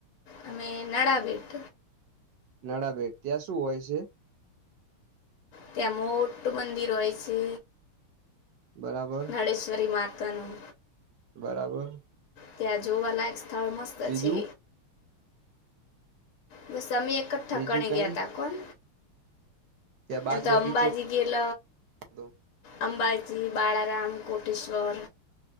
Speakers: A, on the left; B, on the right.
A: અમે નડાબેટ
B: નડાબેટ ત્યાં શું હોય છે.
A: ત્યાં મોટું મંદિર હોય છે.
B: બરાબ
A: મડેશ્વરી માતાનું
B: બરાબર.
A: ત્યાં જોવાલાયક સ્થળ મસ્ત
B: બીજું
A: છે, બસ અમી કઠકણે
B: બીજું કઈ
A: ગયા તા કોન
B: ત્યાં બાગ
A: એમ તો
B: બગીચો
A: અંબાજી ગેલ
B: હતો
A: અંબાજી, બાળારામ, કોટેશ્વર